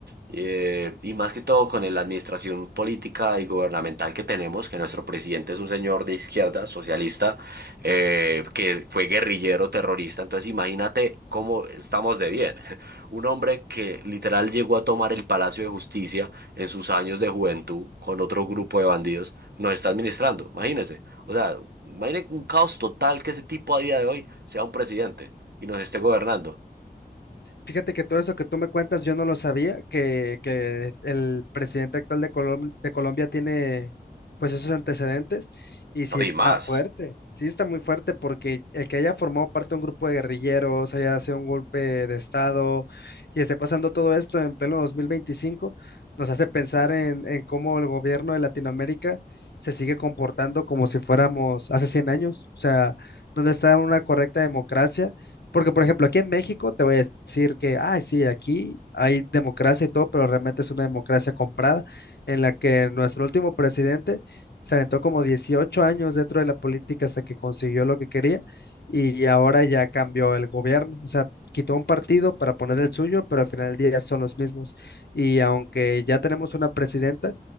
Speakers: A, on the right; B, on the left.
A: Eh, y más que todo con el- la administración política y gubernamental que tenemos, que nuestro presidente es un señor de izquierda, socialista, eh, que fue guerrillero terrorista. Entonces imagínate cómo estamos de bien. <laughs> Un hombre que literal llegó a tomar el Palacio de Justicia en sus años de juventud con otro grupo de bandidos, nos está administrando. Imagínese. O sea, imagínese un caos total que ese tipo a día de hoy sea un presidente y nos esté gobernando.
B: Fíjate que todo eso que tú me cuentas, yo no lo sabía, que, que el presidente actual de Colom- de Colombia tiene pues esos antecedentes y sí
A: No,
B: está
A: y más.
B: fuerte, sí está muy fuerte porque el que haya formado parte de un grupo de guerrilleros, haya sido un golpe de estado y esté pasando todo esto en pleno 2025 nos hace pensar en, en cómo el gobierno de Latinoamérica se sigue comportando como si fuéramos hace cien años, o sea, dónde está una correcta democracia porque, por ejemplo, aquí en México te voy a decir que, ah, sí, aquí hay democracia y todo, pero realmente es una democracia comprada en la que nuestro último presidente se aventó como 18 años dentro de la política hasta que consiguió lo que quería y ahora ya cambió el gobierno. O sea, quitó un partido para poner el suyo, pero al final del día son los mismos. Y aunque ya tenemos una presidenta,